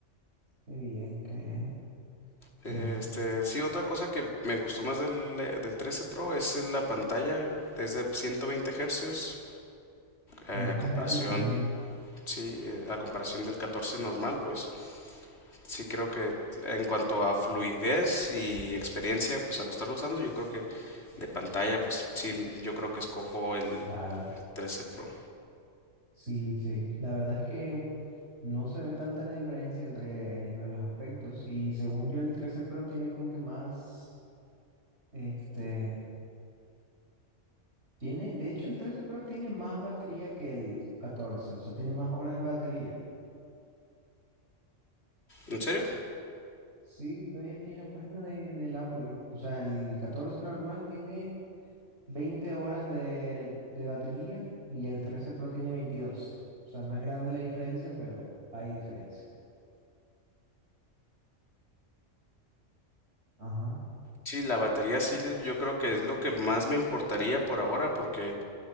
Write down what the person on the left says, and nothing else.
Este,
sí, otra cosa que me gustó más del, eh, del 13 Pro es la pantalla, es de 120 Hz eh,
comparación,
sí, eh, a comparación del 14 normal, pues sí creo que en cuanto a fluidez y experiencia, pues al estarlo usando, yo creo que de pantalla, pues sí, yo creo que escojo el
13 Pro.
¿En serio?
Sí, la batería sí, yo creo que es lo que más me importaría por ahora, porque